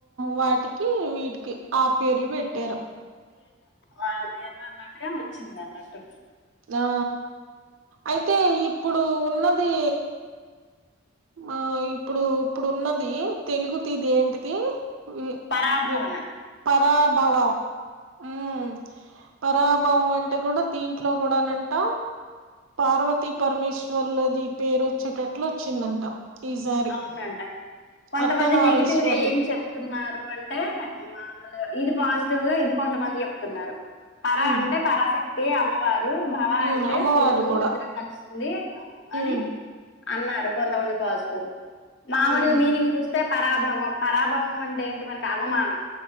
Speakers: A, on the right; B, on the left.
A: వాటికి వీటికి ఆ పేర్లు పెట్టారు
B: వాళ్ల పేరున అన్నట్టుగా వచ్చింది అన్నట్టు
A: అ అయితే ఇప్పుడు ఉన్నది ఆ ఇప్పుడు ఇప్పుడు ఉన్నది తెలుగు తిథి ఏంటిది వి
B: పరాభవన
A: వి పరాభవ ఉమ్ పరాభవం అంటే కూడా దీంట్లో కూడానంటా పార్వతి పరమేశ్వర్లది పేరు వచ్చేటట్లు వచ్చిందంట ఈసారి
B: అవునంట కొంతమంది
A: అర్ధనారీశ్వర్లు
B: నెగిటివ్ గా ఏం చెప్తున్నారు అంటే మ న ఇది పాజిటివ్ గా ఇది కొంతమంది చెప్తున్నారు పరా
A: ఉమ్
B: అంటే పరాశక్తి అమ్మవారు భావా
A: ఉమ్
B: అంటే
A: అమ్మవారు
B: శివుడు
A: కూడా
B: ఇద్దరు కలిసింది అని
A: ఉమ్
B: అన్నారు కొంతమంది పాజిటివ్ మామూలుగా
A: ఉమ్
B: మీనింగ్ చూస్తే పరాభవం పరాభవం అంటే ఏంటి మనకి అవమానం